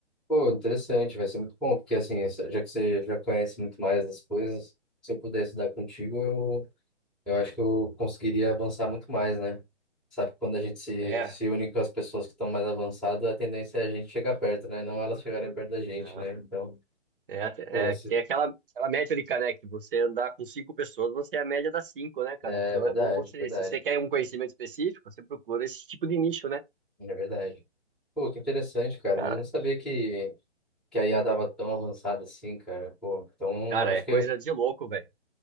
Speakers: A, in the centre; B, on the right (about 50°).
A: Pô, interessante, vai ser muito bom, porque assim, essa- já que você já conhece muito mais das coisas, se eu pudesse dar contigo, eu, eu acho que eu conseguiria avançar muito mais, né? Sabe, quando a gente se,
B: É.
A: se une com as pessoas que estão mais avançadas, a tendência é a gente chegar perto, né? Não elas chegarem perto da gente,
B: né,
A: né? Então,
B: É,
A: pô,
B: é,
A: se...
B: tem aquela, aquela métrica, né? Que você andar com cinco pessoas, você é a média das cinco, né, cara?
A: é
B: Então
A: verdade,
B: é bom você,
A: verdade.
B: se você quer um conhecimento específico, você procura esse tipo de nicho, né?
A: É verdade. Pô, que interessante, cara.
B: Cara,
A: Mas eu não sabia que, que a IA tava tão avançada assim, cara. Pô, então
B: cara,
A: acho
B: é coisa
A: que
B: de louco, velho.